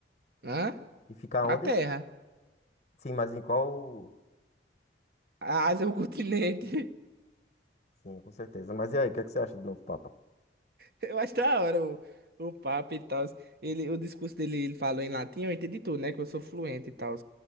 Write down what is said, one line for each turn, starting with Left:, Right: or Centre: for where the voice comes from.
Right: Hã?
Left: E fica
Right: Na
Left: onde?
Right: Terra.
Left: Sim, mas em qual?
Right: A Ásia é o <laughs> continente.
Left: Sim, com certeza. Mas e aí, o que é que você acha do novo Papa?
Right: Eu acho da hora o, o papo e tal. Ele, o discurso dele, ele falou em latim, eu entendi tudo, né? Que eu sou fluente e tal.